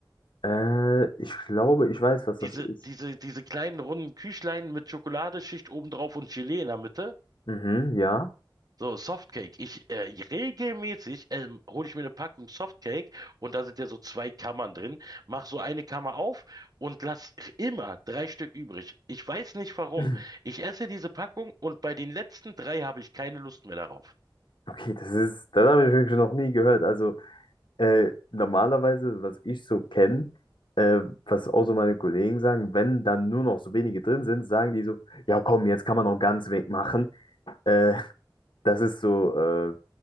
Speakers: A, on the left; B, on the right.
A: äh, ich glaube, ich weiß, was das
B: Diese,
A: ist.
B: diese, diese kleinen runden Küchlein mit Schokoladeschicht obendrauf und Gelee in der Mitte.
A: Mhm, ja. <laughs>
B: So, Softcake. Ich äh, regelmäßig ähm, hole ich mir eine Packung Softcake und da sind ja so zwei Kammern drin. Mach so eine Kammer auf und lass immer drei Stück übrig. Ich weiß nicht warum.
A: <clears throat>
B: Ich esse diese Packung und bei den letzten drei habe ich keine Lust mehr darauf.
A: Okay, das ist, das habe ich wirklich noch nie gehört. Also Äh, normalerweise, was ich so kenne, äh, was auch so meine Kollegen sagen, wenn dann nur noch so wenige drin sind, sagen die so, ja komm, jetzt kann man noch ganz weg machen. Äh, das ist so, äh,